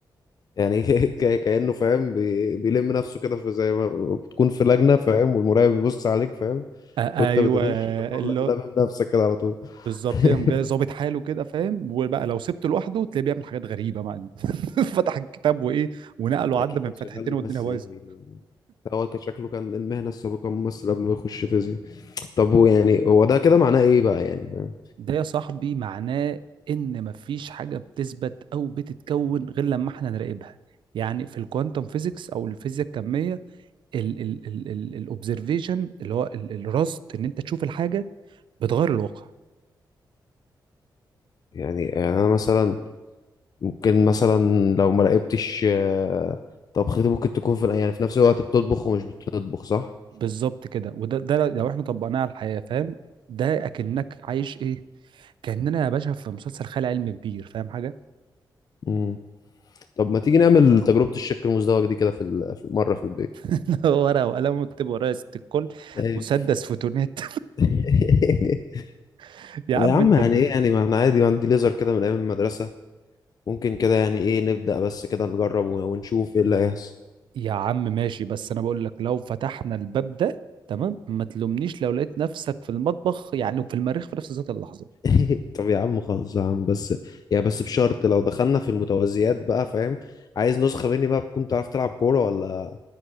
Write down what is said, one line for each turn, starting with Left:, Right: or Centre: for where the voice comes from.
Left: يعني <laughs> ك- كأنه فاهم بي- بيلم نفسه كده في زي ما بتكون في لجنة فاهم والمراقب بيبص عليك فاهم
Right: آه
Left: وانت
Right: ايوه
Left: بتغش فتروح
Right: اللي
Left: لا-
Right: هو
Left: لامم نفسك كده على طول
Right: بالظبط
Left: <laughs>
Right: ليه قام جاي ظابط حاله كده فاهم وبقى لو سبته لوحده تلاقيه بيعمل حاجات غريبه مع <laughs> فتح الكتاب وايه ونقله وعدى
Left: اكيد
Right: من
Left: كان
Right: فتحتين
Left: شغال ممثل
Right: والدنيا بايظه
Left: يا زميلي هو كان شكله كان المهنة السابقة ممثل قبل ما يخش فيزياء طب هو يعني هو ده كده معناه ايه بقى يعني فاهم
Right: ده يا صاحبي معناه ان مفيش حاجه بتثبت او بتتكون غير لما احنا نراقبها يعني في الكوانتم فيزيكس او الفيزياء الكميه الاوبزرفيشن اللي هو ال- الرصد ان انت تشوف الحاجه بتغير الواقع
Left: يعني يعني انا مثلا ممكن مثلا لو ما راقبتش آه، طبختي ممكن تكون في يعني في نفس الوقت بتطبخ ومش بتطبخ صح؟
Right: بالظبط كده وده ده لو احنا طبقناه على الحياه فاهم ده اكنك عايش ايه كاننا يا باشا في مسلسل خيال علمي كبير فاهم حاجه
Left: مم. طب ما تيجي نعمل تجربة الشك المزدوج دي كده في ال- في مرة في البيت
Right: <laughs> ورقه وقلم واكتب ورايا ست الكل
Left: يعني-
Right: مسدس فوتونات
Left: <laughs>
Right: <laughs> يا
Left: يا
Right: عم
Left: عم
Right: انت
Left: يعني
Right: تقول
Left: ايه يعني ما احنا عادي ما عندي ليزر كده من ايام المدرسة ممكن كده يعني ايه نبدأ بس كده نجرب ون- ونشوف ايه اللي هيحصل
Right: يا عم ماشي بس انا بقول لك لو فتحنا الباب ده تمام ما تلومنيش لو لقيت نفسك في المطبخ يعني وفي المريخ في نفس ذات اللحظه
Left: <laughs> طب يا عم خلاص يا عم بس يا بس بشرط لو دخلنا في المتوازيات بقى فاهم عايز نسخة مني بقى بتكون تعرف تلعب كورة ولا